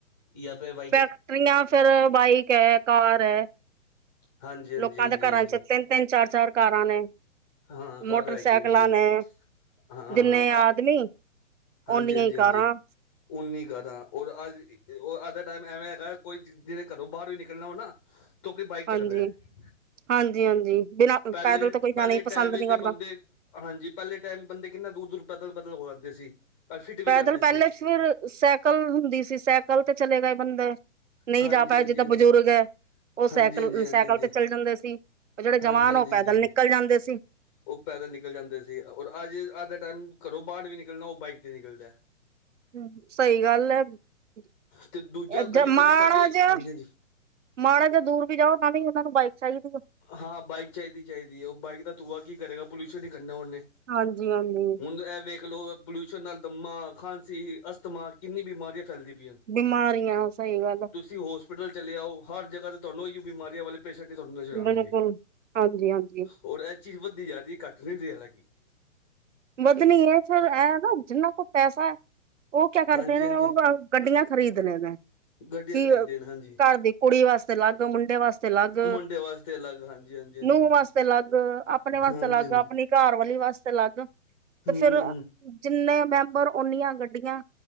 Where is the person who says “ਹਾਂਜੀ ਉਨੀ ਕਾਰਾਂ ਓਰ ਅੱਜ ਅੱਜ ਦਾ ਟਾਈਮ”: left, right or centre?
Centre